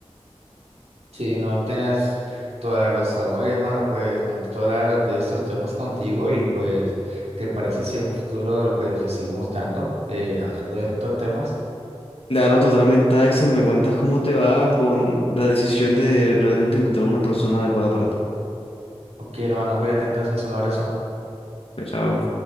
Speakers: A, on the right; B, on the left.
A: Sí, no, tienes toda la razón. Oye, hermano, pues me gustó hablar de estos temas contigo y pues, ¿te parece si en un futuro pues le seguimos dando, eh, hablando de estos temas?
B: Claro, totalmente, Axel, ¿me cuentas cómo te va con la decisión de realmente encontrar una persona adecuada para ti?
A: Ok, hermano, cuídate entonces, un abrazo.
B: Chao.